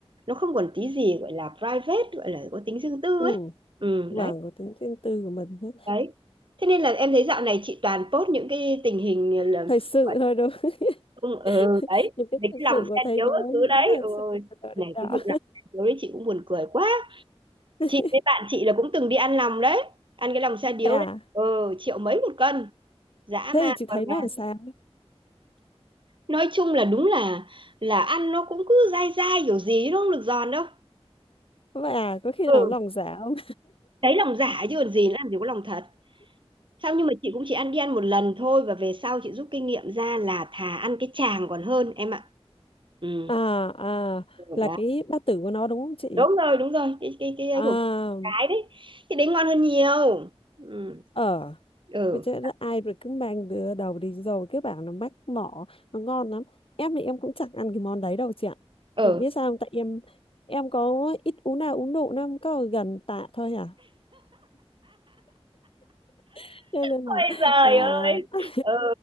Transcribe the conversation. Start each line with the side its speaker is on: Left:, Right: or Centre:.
Right: Nó không còn tí gì gọi là private, gọi là có tính riêng tư
Left: ừ
Right: ấy. Ừ
Left: vâng
Right: đấy
Left: có tính riêng tư của mình hết
Right: đấy thế nên là em thấy dạo này chị toàn post những cái tình hình ờ, là
Left: thời sự
Right: gọi
Left: thôi
Right: là
Left: đúng không?
Right: không ừ,
Left: <laughs>
Right: đấy
Left: những cái
Right: về
Left: thời
Right: cái
Left: sự
Right: lòng
Left: của
Right: xe
Left: thế
Right: điếu
Left: giới
Right: các thứ
Left: những
Right: đấy
Left: cái thời
Right: ừ,
Left: sự của đời
Right: này
Left: đó
Right: cái vụ lòng xe điếu đấy chị cũng buồn cười quá
Left: <laughs>
Right: chị với bạn chị là cũng từng đi ăn lòng đấy ăn cái lòng xe điếu
Left: vậy à
Right: đấy ừ, triệu mấy một cân dã
Left: thế
Right: man
Left: thì chị
Right: còn
Left: thấy
Right: là
Left: nó làm sao
Right: nói chung là đúng là là ăn nó cũng cứ dai dai kiểu gì chứ nó không được giòn đâu
Left: vậy à có khi
Right: ừ
Left: nào lòng dạ không
Right: đấy lòng giả chứ còn gì nó làm gì có lòng thật Không nhưng mà chị cũng chỉ ăn đi ăn một lần thôi và về sau chị rút kinh nghiệm ra là thà ăn cái chàng còn hơn em ạ. Ừ.
Left: <laughs> à à
Right: rồi
Left: là
Right: Đấy.
Left: cái bát tử của nó đúng không chị
Right: Đúng rồi, đúng rồi, cái cái cái ấy
Left: à
Right: của cái đấy. Thì đấy ngon hơn nhiều. Ừ.
Left: ở
Right: Ừ.
Left: tôi chứ ai rồi cứ mang đứa đầu đi rồi cứ bảo nó mách mỏ nó ngon lắm em thì em cũng chẳng ăn cái món đấy đâu chị ạ
Right: Ừ.
Left: chị biết sao không tại em em có ít uống nào uống độ nó có gần tạ thôi à <laughs> cho nên
Right: Ôi
Left: là
Right: giời
Left: à
Right: ơi. Ừ.